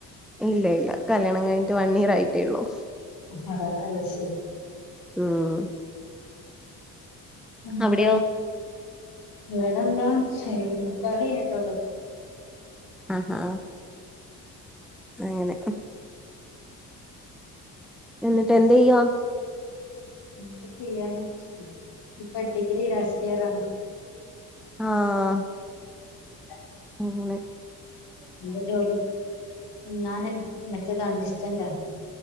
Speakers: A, in the centre; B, on the left.
A: ഇല്ല ഇല്ല കല്യാണം കഴിഞ്ഞിട്ട് വണ്ണിയറായിട്ടേള്ളൂ
B: അഹാ അയ്‌ശരി
A: ഊം
B: പിന്നെന്താ
A: അവിടെയോ
B: ഇവടെന്താ ശരി നിക്കാഹ് കഴിഞ്ഞിട്ടുള്ളൂ
A: അഹ ആഹാ അങ്ങനെ ഹും എന്നിട്ടെന്തീയ്യാ
B: എന്ത് ചെയ്യാന ഇപ്പ ഡിഗ്രി ലാസ്റ്റിയറാണ്
A: ആഹ്
B: <unintelligible>
A: പിന്നെ
B: ഇന്റെ ജോലി ഞാന് മറ്റേ കാണ്ടിസ്റ്റെന്റാ